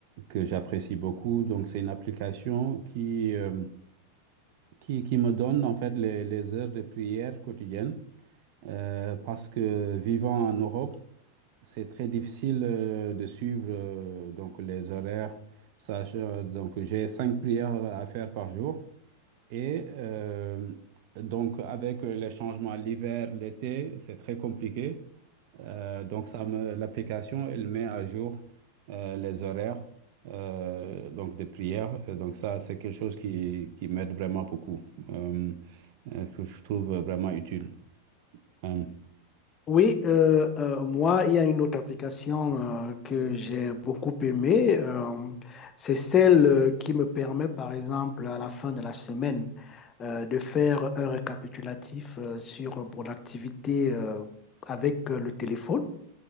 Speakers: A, on the right; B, on the left.
A: que j'apprécie beaucoup. Donc, c'est une application qui, euh, qui, qui me donne, en fait, les, les heures de prière quotidienne. Euh, parce que vivant en Europe, c'est très difficile euh, de suivre euh, donc les horaires. Sach- euh, donc j'ai cinq prières à faire par jour et euh, donc avec euh, les changements l'hiver, l'été, c'est très compliqué. Euh, donc ça me l'application elle met à jour euh, les horaires euh, donc des prières. Euh, Donc ça c'est quelque chose qui qui m'aide vraiment beaucoup euh, euh, que je trouve vraiment utile. Euh,
B: Oui, euh, euh, moi, il y a une autre application euh, que j'ai beaucoup aimée. euh, c'est celle euh, qui me permet, par exemple, à la fin de la semaine, euh, de faire un récapitulatif euh, sur mon activité euh, avec euh, le téléphone.